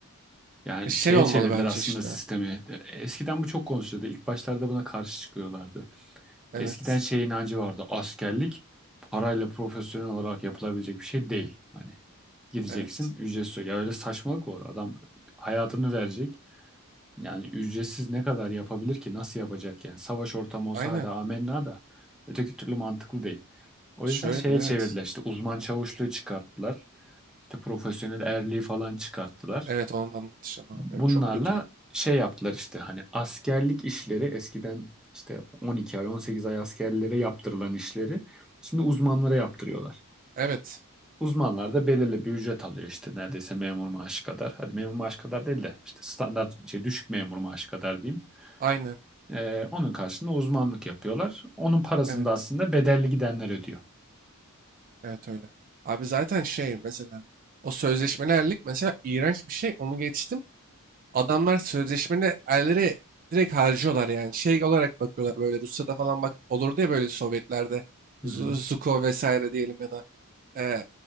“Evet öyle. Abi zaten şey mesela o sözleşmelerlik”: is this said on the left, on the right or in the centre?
Right